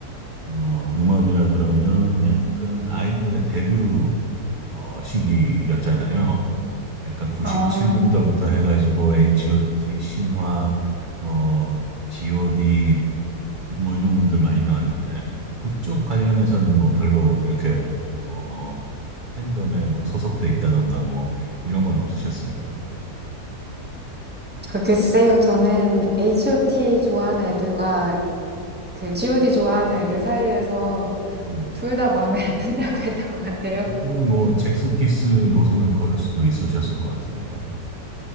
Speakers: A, on the right (about 35°); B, in the centre.
A: 어, 음악이라 그러면 약간 아이돌의 데뷔 어, 시기였잖아요. 약간 97년도부터
B: 아,
A: 해가지고 H.O.T. 신화 뭐 G.O.D. 뭐 이런 분들 많이 나왔는데 그쪽 관련해서는 뭐 별로 이렇게 어 팬덤에 뭐 소속돼 있다던가 뭐 이런 건 없으셨습니까?
B: 저 글쎄요. 저는 H.O.T
A: 네.
B: 좋아하는 애들과 그 G.O.D 좋아하는 애들 사이에서
A: 네.
B: 둘 다 마음에 안 든다고 <laughs> 했던 것 같아요.
A: 어, 그러면 뭐 잭스키스 노선을 걸을 수도 있으셨을 것 같은데.